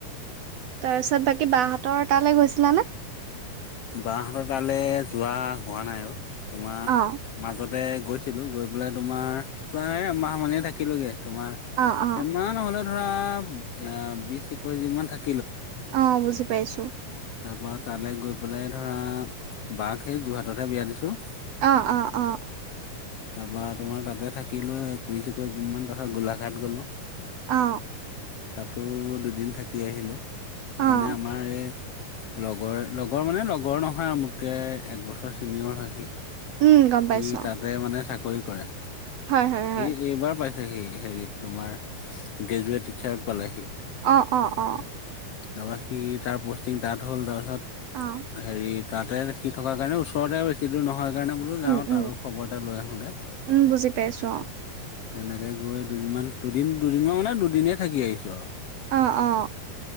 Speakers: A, on the right; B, on the left.
A: তাৰপিছত বাকী বাহতৰ তালৈ গৈছিলানে।
B: বাহ হতৰ তালে যোৱা হোৱা নাই আৰু তোমাৰ
A: অ',
B: মাজত ত গৈছিলো গৈ পেলাই তোমাৰ প্ৰায় এমাহ মানেই থাকিলোগে তোমাৰ
A: অ', অ',
B: এমাহ নহলেও ধৰা এ বিশ একৈশ দিন মমান থাকি।
A: অ বুজি পাইছো
B: তাৰপৰা তালৈ গৈ পেলাই ধৰা বাক সেই যোৰহাটতহে বিয়া দিছোঁ।
A: অ', অ', অ।
B: তাৰপৰা তোমাৰ তাতে থাকিলো একৈশ একৈশ দিন ম তাৰাছত গোলাঘাট গলো
A: অ
B: তাতো দুদিন থাকি আহিলো
A: অ',
B: মানে আমাৰ এই লগৰে লগ লগৰ মানে লগৰ নহয় আৰু মোতকৈ একবছৰ ছিনিয়ৰ হয় সি
A: উম, গম পাইছো
B: ইি তাতে
A: অ'।
B: মানে চাকৰি কৰে
A: হয়, হয়, হয়।
B: ই এইবাৰ পাইছে সি হেৰিত তোমাৰ গ্ৰেজুৱেট টিচাৰ পালেহি।
A: অ অ অ
B: তাৰপৰা সি তাৰ পষ্টিং ডাঠ হ'ল তাৰপিছত
A: অ',
B: হেৰিত তাতে সি থকাৰ কাৰণে ওচৰতে বেছি দূৰ নহয় সেইকাৰণে বোলো যাওঁত
A: উম, উম,
B: আৰু খবৰ এটা লৈ আহো দে
A: উম, বুজি পাইছো অ'।
B: তেনেকৈ গৈ দুদিনমান দুদিন দুদিনমান মানে দুদিনেই থাকি আহিছোঁ আৰু
A: অ', অ',